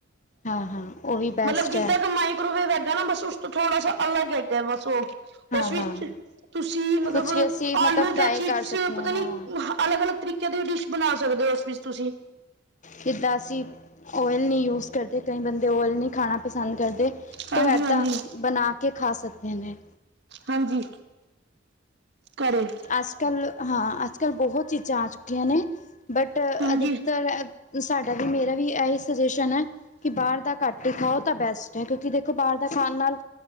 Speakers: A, on the left (about 40°); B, on the right (about 60°).
A: ਹਾਂ-ਹਾਂ ਉਹ ਵੀ ਬੈਸਟ
B: ਮਤਲਬ ਜਿੱਦਾਂ
A: ਹੈ
B: ਕਮਾਈ ਕਰੋਵੇ ਵਹਿਗਾ ਨਾ ਬਸ ਉਸ ਤੋਂ ਥੋੜ੍ਹਾ ਅਲੱਗ ਹੈਗਾ ਬਸ ਉਹ
A: ਹਾਂ-ਹਾਂ
B: ਉਸ ਵਿੱਚ ਤੁਸੀਂ ਮਤਲਬ
A: ਕੁਛ ਵੀ ਅਸੀਂ ਮਤਲਬ
B: ਆਲੂ
A: ਫਰਾਈ
B: ਤੇ ਚਿਪਸ
A: ਕਰ ਸਕਦੇ
B: ਪਤਾ
A: ਹਾਂ
B: ਨੀ
A: ਹਾਂ
B: ਅਲੱਗ ਅਲੱਗ ਤਰੀਕੇ ਦੀ ਡਿਸ਼ ਬਣਾ ਸਕਦੇ ਹੋ ਉਸ ਵਿਚ ਤੁਸੀ
A: ਜੀਦਾਂ ਅਸੀ ਓਇਲ ਨਹੀ ਯੂਜ ਕਰਦੇ ਕਈ ਬੰਦੇ ਓਇਲ ਨਹੀ ਖਾਣਾ ਪਸੰਦ ਕਰਦੇ
B: ਹਾਂਜੀ-ਹਾਂਜੀ,
A: ਤ ਇਏਦਾਂ ਬਣਾ ਕੇ ਖਾ ਸਕਦੇ ਨੇ
B: ਹਾਂਜੀ ਘੇਰੇ
A: ਅਜ-ਕਲ ਹਾਂ ਅਜ-ਕਲ ਬਹੁਤ ਚੀਜਾ ਆ ਚੁਕੀਆਂ ਨੇਂ, ਬਟ
B: ਹਾਂਜੀ।
A: ਅਧਿਕਤਰ ਸਾਡਾ ਵੀ ਮੇਰਾ ਵੀ ਇਹੀ ਸੁਜੈਸ਼ਨ ਹੈ ਕਿ ਬਾਹਰ ਦਾ ਘੱਟ ਹੀ ਖਾਓ ਤਾਂ ਬੈਸਟ ਕਿਉਂਕਿ ਦੇਖੋ ਬਾਹਰ ਦਾ ਖਾਣ ਨਾਲ